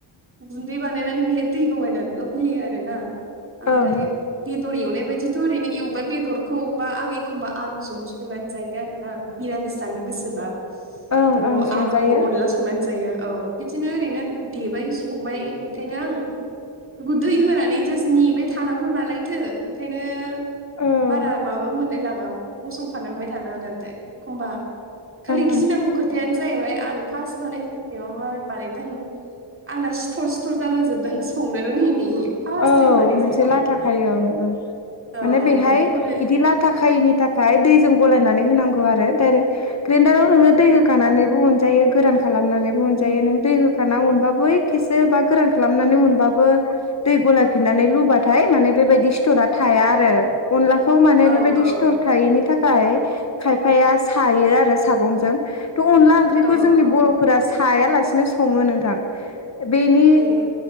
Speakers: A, on the right; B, on the left.
A: गुन्दै बानायनानै बेहाय दै लगायनानैल होयो आरो ना आमफ्राय
B: ओं
A: बेदर एवनाय बायदिथ' ओरैनो एवबाय बेदरखौबा आं एखमबा आलुजोंबो संनानै जायो आरो ना। मिरामि जानो गोसोबा
B: ओं
A: थ'
B: ओं संजायो
A: आलु अनला संनानै जायो। औ बिदिनो ओरैनो देबाय संबाय ओंखायनो आं बेखौ दै होना माने जास्ट नेबाय थानांगौ नालायथो ओंखायनो
B: औ ओं
A: बारा माबाबो मोनलाय लाङा गसंफानांबाय थानाङा दालायदो एखमबा खालि
B: ओं
A: गिनांगौ खोथायानो जाहैबाय आं फास बानाय आंनियाव माबोरै बानायदों आंना सिथर सिथर जाजा जोबदों संनो रोङिनि। फार्स्ट
B: औ
A: टाइम बानायजेननायाव
B: मोनसे लाथाखायो ओं ओं।
A: औ
B: माने
A: औ
B: बेहाय
A: बेफोरखौनो
B: इदि लाथा खायिनि थाखाय दैजों गलायनानै होनांगौ आरो डायरेक्ट ग्रेन्डाराव नोङो दै होखानानैबो उनजायो गोरान खालामनानैबो उनजायो। नों दै होखाना उनबा बै खेसे बा गोरान खालामनानै मोनबाबो दै गलायफिननानै लुबाथाय माने बेबायदि स्टरा थाया आरो अनलाखौ माने
A: औ
B: बेबायदि
A: औ
B: सिथर थायैनि थाखाय खायफाया सायो आरो सागंजों थ अनला ओं ख्रिखौ
A: औ
B: जोंनि
A: औ
B: बर'फोरा साया लासिनो सङो नोंथां। बेनि
A: ए